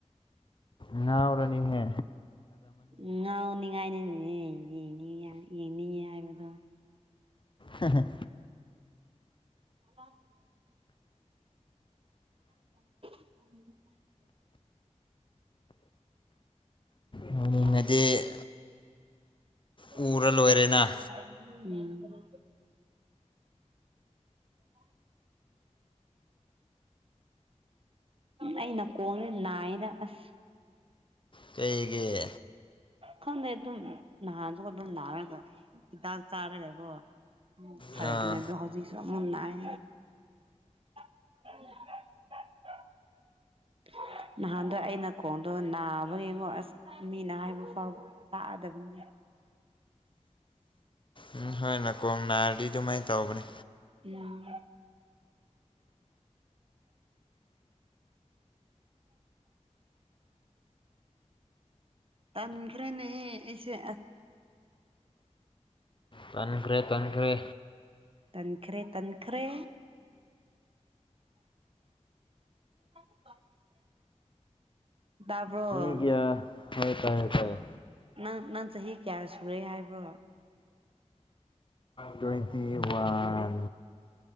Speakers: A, on the left; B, on the right.
A: ꯉ ꯑꯣꯔꯅꯤ ꯍꯦ
B: ꯉꯥꯎꯅꯤꯡꯉꯥꯏꯅꯤꯅꯦ ꯏꯅꯤ ꯏꯡꯅꯤꯉ ꯍꯥꯏꯕꯗꯣ
A: ꯍꯝ
B: ꯑꯂꯥꯏꯔꯤ <unintelligible> ꯑ
A: ꯅꯣꯡꯅꯤꯡꯉꯗꯤ ꯎꯔ
B: ꯎꯝ
A: ꯂꯣꯏꯔꯦꯅ
B: ꯑꯥꯏ ꯑꯩ ꯅꯥꯀꯣꯡꯁꯦ ꯅꯥꯏꯅ ꯑꯁ
A: ꯀꯩꯒꯤ
B: ꯈꯪꯗꯦ ꯑꯗꯨꯝ ꯅꯍꯥꯟꯁꯨ ꯑꯗꯨꯝ ꯅꯥꯔꯒ ꯍꯤꯗꯥꯛ ꯆꯥꯔꯒꯒ ꯎ ꯊꯔ
A: ꯑꯥ
B: ꯄꯅꯦꯗꯣ ꯍꯖꯤꯁꯨ ꯃꯨ ꯅꯥꯏ <unintelligible> ꯍ ꯅꯍꯥꯟꯗꯣ ꯑꯩꯅ ꯈꯣꯡꯗꯣ ꯅꯥꯕꯅꯦꯀꯣ ꯑꯁ ꯃꯤꯅ ꯍꯥꯏꯕ ꯐꯥꯎ ꯇꯥꯛꯑꯗꯕꯅꯤ
A: ꯎꯝ ꯍꯣꯏꯅꯀꯣꯡ ꯅꯥꯔꯗꯤ ꯑꯗꯨꯃꯥꯏꯅ ꯇꯧꯕꯅꯦ
B: ꯎꯝ ꯣ <inaudible> ꯇꯥꯟꯈ꯭ꯔꯦꯅꯦꯁꯦ
A: ꯇꯟꯈ꯭ꯔꯦ ꯇꯟꯈ꯭ꯔꯦ
B: ꯇꯟꯈ꯭ꯔꯦ ꯇꯟꯈ꯭ꯔꯦ <inaudible> ꯇꯥꯕ꯭ꯔꯣ
A: ꯌꯦ ꯀ ꯍꯥꯏ ꯇꯥꯏ ꯇꯥꯏꯌꯦ
B: ꯅꯪ ꯅꯪ ꯆꯍꯤ ꯀꯌꯥ ꯁꯨꯔꯦ ꯍꯥꯏꯕ꯭ꯔꯣ
A: ꯇ꯭ꯋꯦꯟꯇꯤ ꯋꯥꯟ